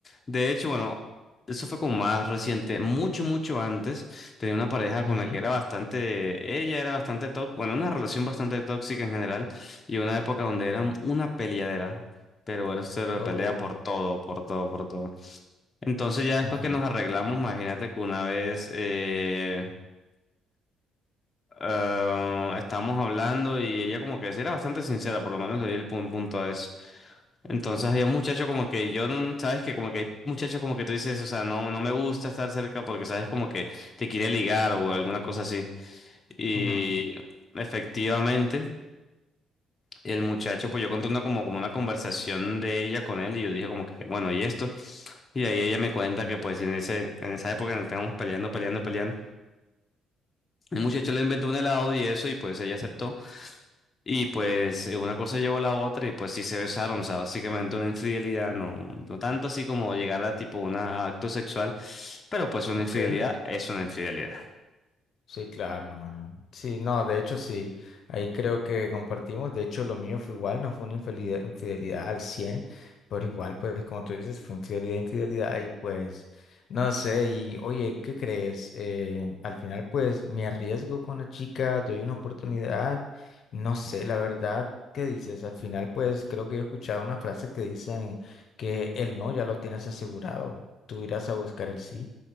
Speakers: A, on the left; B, on the left.
A: De hecho, bueno, eso fue como más reciente, mucho, mucho antes. Tenía una pareja
B: Ujú.
A: con la que era bastante, ella era bastante tóxica, bueno, una relación bastante tóxica en general, y una época donde era una peleadera. Pero era cero
B: Oh,
A: de pelea por todo, por todo, por todo. Entonces ya después
B: ujú,
A: que nos arreglamos, imagínate que una vez eh, ah, estábamos hablando y ella como que sí era bastante sincera, por lo menos le di el pun- punto a eso. Entonces había un muchacho como que yo, no- sabes que como que hay muchachos como que tú dices, o sea, no, no me gusta estar cerca porque sabes como que te quiere ligar o alguna cosa así. Y
B: ujú,
A: efectivamente, el muchacho, pues yo conté una, como, como una conversación de ella con él y yo dije como que, bueno, ¿y esto? Y ahí ella me cuenta que pues en ese, en esa época nos estábamos peleando, peleando, peleando. El muchacho le inventó un helado y eso, y pues ella aceptó. Y pues eh, una cosa llevó a la otra y pues sí se besaron, o sea, básicamente una infidelidad, no, no tanto así como llegar a tipo un acto sexual, pero pues una
B: Ok.
A: infidelidad es una infidelidad.
B: Sí, claro, hermano. Sí, no, de hecho sí, ahí creo que compartimos, de hecho lo mío fue igual, no fue una infidelidad, infidelidad al 100, pero igual pues como tú dices, fue infidelidad, infidelidad y pues no sé, y oye, ¿qué crees? Eh, al final pues me arriesgo con la chica, doy una oportunidad, no sé, la verdad, ¿qué dices? Al final pues creo que he escuchado una frase que dicen que el no ya lo tienes asegurado, tú irás a buscar el sí,